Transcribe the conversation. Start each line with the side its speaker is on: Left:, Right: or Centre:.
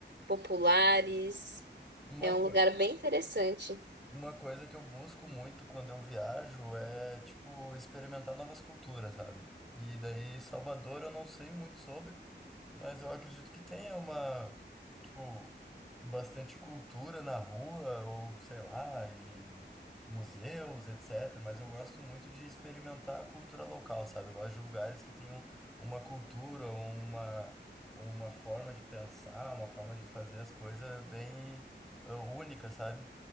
Right: populares.
Centre: Uma
Right: É um
Centre: coisa.
Right: lugar bem interessante.
Centre: Uma coisa que eu busco muito quando eu viajo é, tipo, experimentar novas culturas, sabe? E daí, Salvador eu não sei muito sobre, mas eu acredito que tenha uma, tipo, bastante cultura na rua, ou sei lá, em museus, etc. Mas eu gosto muito de experimentar a cultura local, sabe? Eu gosto de lugares que tenham uma cultura, uma, uma forma de pensar, uma forma de fazer as coisas bem, eh, única, sabe?